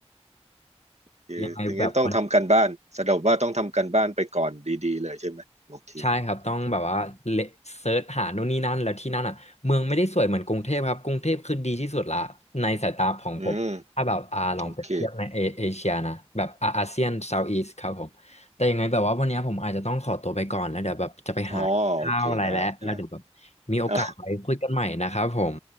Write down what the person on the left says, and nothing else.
ยังไงแบบมัน
ใช่ครับต้องแบบว่าเลเซิร์ชหาโน่นนี่นั่นแล้วที่นั่นอ่ะเมืองไม่ได้สวยเหมือนกรุงเทพครับกรุงเทพคือดีที่สุดละในสายตาของผมถ้าแบบอ่าลองเปรียบเทียบในเอเอเชียนะแบบอาอาเซียนเซาท์อีสครับผมแต่ยังไงแบบว่าวันนี้ผมอาจจะต้องขอตัวไปก่อนแล้วเดี๋ยวแบบจะไปหาข้าวอะไรแล้วแล้วเดี๋ยวแบบ
มีโอกาสไว้คุยกันใหม่นะครับผม